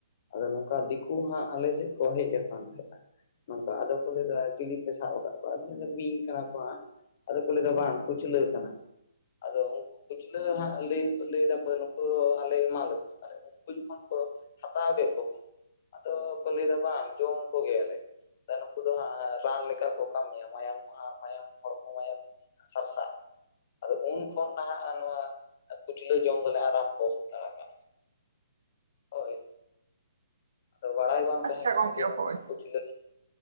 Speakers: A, on the left (about 40°); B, on the right (about 65°).
A: ᱟᱫᱚ ᱱᱚᱝᱠᱟ ᱫᱤᱠᱩ ᱦᱟᱸᱜ ᱟᱞᱮ ᱥᱮᱫ ᱠᱚ ᱦᱮᱡ ᱟᱠᱟᱱ ᱛᱟᱦᱮᱸᱫᱼᱟ ᱱᱚᱝᱠᱟ ᱟᱫᱚ ᱠᱚ ᱞᱟᱹᱭ ᱫᱟ ᱪᱤᱞᱤ ᱯᱮ ᱥᱟᱵ ᱟᱠᱟᱫ ᱠᱚᱣᱟ ᱟᱫᱚᱧ ᱞᱟᱹᱭ ᱫᱟ ᱵᱤᱧ ᱠᱟᱱᱟ ᱠᱚ ᱦᱟᱸᱜ ᱟᱫᱚ ᱠᱚ ᱞᱟᱹᱭ ᱫᱟ ᱵᱟᱝ ᱠᱩᱪᱞᱟᱹ ᱠᱟᱱᱟ ᱟᱫᱚ ᱩᱱᱠᱩ ᱠᱩᱪᱞᱟᱹ ᱦᱟᱸᱜ ᱞᱟᱹᱭ ᱞᱟᱹᱭ ᱫᱟᱠᱚ ᱱᱩᱠᱩ ᱟᱞᱮ ᱮᱢᱟ ᱞᱮᱯᱮ ᱛᱟᱦᱞᱮ ᱩᱱᱠᱩ ᱡᱚᱠᱷᱚᱱ ᱠᱚ ᱦᱟᱛᱟᱣ ᱠᱮᱫ ᱠᱚ <unintelligible> ᱟᱫᱚ ᱠᱚ ᱞᱟᱹᱭ ᱫᱟ ᱵᱟᱝ ᱡᱚᱢ ᱠᱚᱜᱮ ᱟᱞᱮ <unintelligible> ᱱᱩᱠᱩ ᱫᱚ ᱦᱟᱸᱜ ᱨᱟᱱ ᱞᱮᱠᱟ ᱠᱚ ᱠᱟᱹᱢᱤ ᱭᱟ ᱢᱟᱭᱟᱢ ᱠᱚ ᱦᱟᱸᱜ ᱢᱟᱭᱟᱢ ᱦᱚᱲ <inaudible> ᱥᱟᱨᱥᱟᱜ ᱟᱫᱚ ᱩᱱ ᱠᱷᱚᱱ ᱱᱟᱦᱟᱜ ᱱᱚᱣᱟ ᱠᱩᱪᱞᱟᱹ ᱡᱚᱢ ᱫᱚᱞᱮ ᱟᱨᱟᱢᱵᱚ ᱦᱟᱛᱟᱲ ᱠᱟᱜᱼᱟ ᱦᱳᱭ ᱟᱫᱚ ᱵᱟᱲᱟᱭ ᱵᱟᱝ ᱛᱟᱦᱮᱸ
B: ᱟᱪᱪᱷᱟ
A: ᱠᱟᱱᱟ
B: ᱜᱚᱝᱠᱮ
A: ᱡᱮ ᱱᱚᱝᱠᱟ
B: ᱦᱳᱭ
A: ᱠᱩᱪᱞᱟᱹ